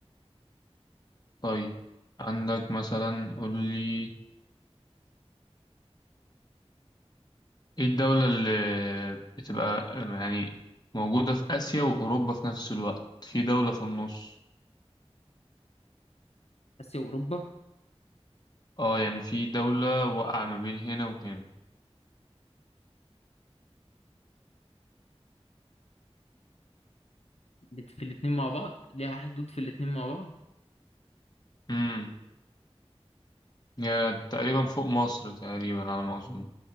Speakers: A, on the left; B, on the left.
A: طيب عندك مثلا قول لي ايه الدولة اللي بتبقى آه، يعني موجودة في آسيا وأوروبا في نفس الوقت في دولة في النص
B: اسيا واوروبا
A: اه يعني في دولة واقعة ما بين هنا وهنا
B: بت- في الاتنين مع بعض ليها حدود في الاتنين مع بعض
A: امم هي تقريبا فوق مصر تقريبا على ما أظن